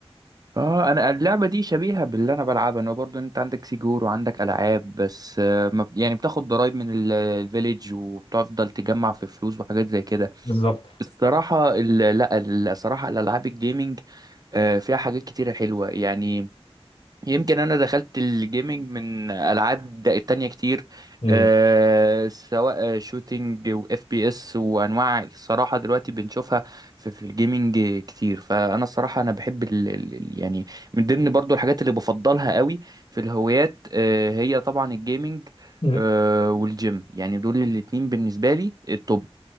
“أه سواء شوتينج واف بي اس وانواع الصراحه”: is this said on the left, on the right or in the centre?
Right